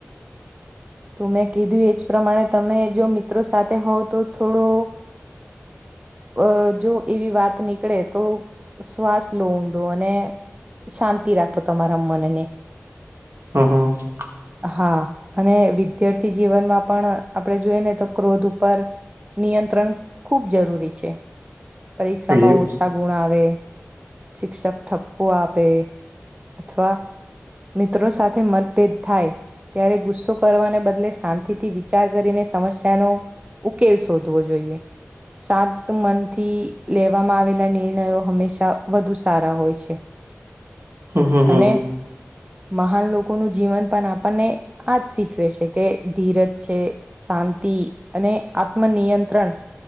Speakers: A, on the right; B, on the right.
A: તો મેં કીધું એ જ પ્રમાણે તમે જો મિત્રો સાથે હોવ તો થોડો અ જો એવી વાત નીકળે તો શ્વાસ લો ઊંડો અને શાંતિ રાખો તમારા મનને.
B: હ હ.
A: હા અને વિદ્યાર્થી જીવનમાં પણ આપડે જોઈ ને તો ક્રોધ ઉપર નિયંત્રણ ખૂબ જરૂરી છે. પરીક્ષામાં
B: એવું
A: ઓછા ગુણ આવે શિક્ષક ઠપકો આપે અથવા મિત્રો સાથે મતભેદ થાય ત્યારે ગુસ્સો કરવાને બદલે શાંતિથી વિચાર કરીને સમસ્યાનો ઉકેલ શોધવો જોઈએ, સાત તો મનથી લેવામાં આવેલા નિર્ણયો હંમેશા વધુ સારા હોય છે.
B: હમ હમ
A: અને
B: હ.
A: મહાન લોકોનું જીવન પણ આપણને આજ શીખવે છે કે ધીરજ છે શાંતિ. અને આત્મનિયંત્રણ